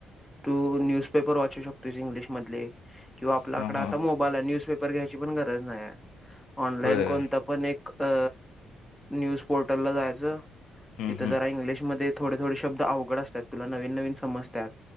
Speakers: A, in the centre; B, on the left.
A: तू न्यूजपेपर वाचू शकतोस इंग्लिश मधले. किंवा आपल्याकडे
B: हां
A: आता
B: हां
A: मोब - ला न्यूजपेपर घ्यायची पण गरज नाहीए. ऑनलाईन
B: होय
A: कोणत- पण एक अ न्यूज पोर्टलला जायचं.
B: हं
A: तिथं
B: हं
A: जरा इंग्लिशमध्ये- थोडे थोडे शब्द अवघड असतात. तुला नवीन नवीन समजत्यात.